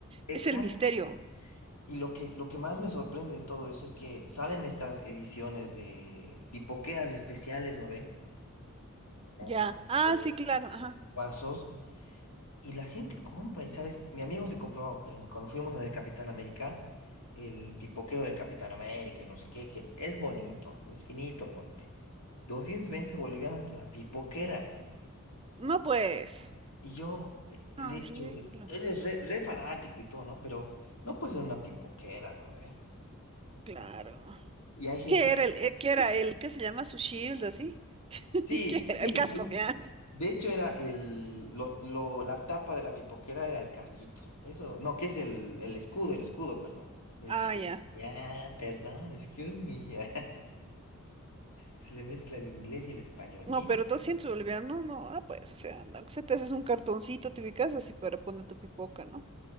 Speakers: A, on the left; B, on the right.
A: Exacto.
B: Es el misterio.
A: Y lo que, lo que más me sorprende de todo eso es que salen estas ediciones de pipoqueras especiales, ¿no ve? O,
B: Ya. Ah,
A: o
B: sí, claro, ajá.
A: vasos, y la gente compra. Y sabes, mi amigo se compró, eh, cuando fuimos a ver Capitán América, el pipoquero del Capitán América, y no sé qué, que es bonito, es finito, ponte. doscientos veinte bolivianos de la pipoquera.
B: No, pues.
A: Y yo eh, le
B: Ah,
A: he dicho,
B: ridículo.
A: eh, él es re, re fanático y todo, ¿no? Pero no puede ser una pipoquera, ¿no? ¿Eh?
B: Claro.
A: Y hay gente...
B: ¿Qué era el, eh, qué era el que se llama su shield, así? <laughs>
A: Sí,
B: ¿Qué era?
A: sí,
B: El casco,
A: sí.
B: ¿ya?
A: De hecho, era el, lo, lo- la tapa de la pipoquera era el casquito. Eso, no, que es el, el escudo, el escudo, perdón. El
B: Ah,
A: shi-
B: ya.
A: ya, perdón, excuse me. <laughs> Ya. Se le mezcla el inglés y el español.
B: No,
A: Bien.
B: pero 200 bolivianos, no, no, ah, pues, o sea, no, que se te haces un cartoncito, te ubicas así para poner tu pipoca, ¿no?